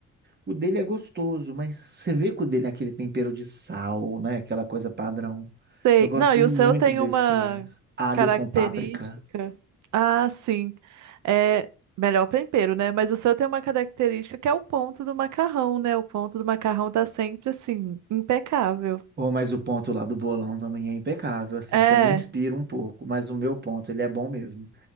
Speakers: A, on the right; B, on the right.
A: O dele é gostoso, mas você vê que o dele é aquele tempero de sal, né? Aquela coisa padrão.
B: Sei.
A: Eu gosto
B: Não, e
A: muito
B: o seu tem
A: desse
B: uma
A: alho
B: característica.
A: com páprica.
B: Ah, sim. É melhor tempero, né? Mas o seu tem uma característica que é o ponto do macarrão, né? O ponto do macarrão tá sempre assim, impecável.
A: Ou mas o ponto lá do bolão também é impecável, assim,
B: É,
A: até me inspira um pouco, mas o meu ponto, ele é bom mesmo.